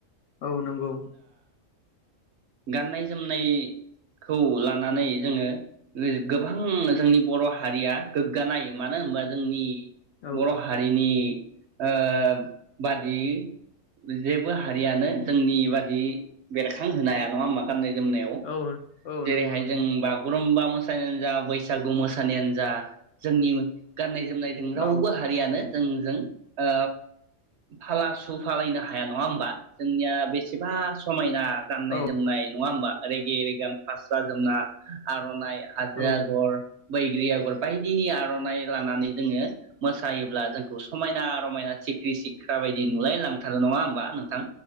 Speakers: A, on the left; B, on the right.
A: औ नंगौ
B: गाननाय जोमनायखौ लानानै जोंङो गोबां जोंनि बर हारिया गोग्गानाय मानो होनबा जोंनि
A: औ
B: बर हारिनि ओ बादि जेबो हारियानो जोंनि बादि बेरखां होनो हाया नंङा होनबा गाननाय जोमनायाव
A: औ औ
B: जेरैहाय
A: नंगौ नंगौ
B: जों बागुरुम्बा मोसानायानो जा बैसागु मोसानायानो जा जोंनि गाननाय जोमनायजों रावबो
A: औ
B: हारियानो जोंजों ओ फाला सुफालायनो हाया नङा होमबा? जोंनिया बेसेबा समाय ना गाननाय
A: औ
B: जोमनाय नङा होमबा? रेगे-रिगां फास्रा जोमना आरननाय हाजो
A: औ
B: आगर बैग्रि आगर बायदिनि आरननाइ लानानै जोङो मोसायोब्ला जोंखौ समायना रमायना सिख्रि सिख्रा बायदि नुलाय लांथारो नङा होमबा नोंथां?